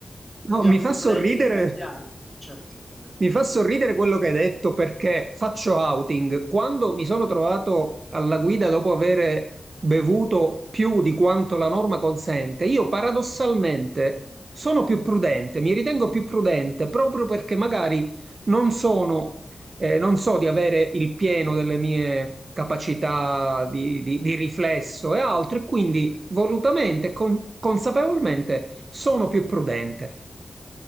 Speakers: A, in the centre; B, on the right.
A: dia
B: no, mi
A: problemi
B: fa sorridere
A: agli altri. Certo, eh,
B: Mi fa sorridere quello che hai detto perché faccio outing. Quando mi sono trovato alla guida dopo aver bevuto più di quanto la norma consente, io paradossalmente sono più prudente, mi ritengo più prudente proprio perché magari non sono, eh, non so di avere il pieno delle mie capacità di, di- di riflesso e altro, e quindi volutamente, e con- consapevolmente sono più prudente.